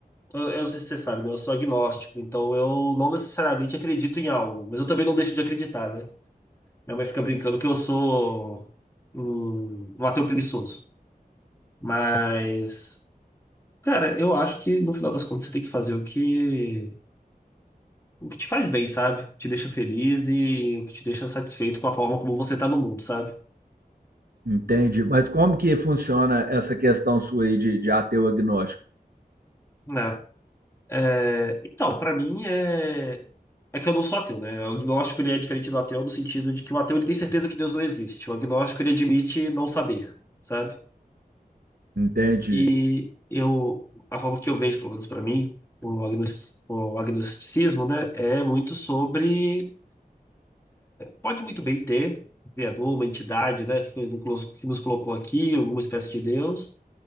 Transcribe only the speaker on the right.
Entende? Mas como que funciona essa questão sua aí de, de ateu agnóstico?
Entende?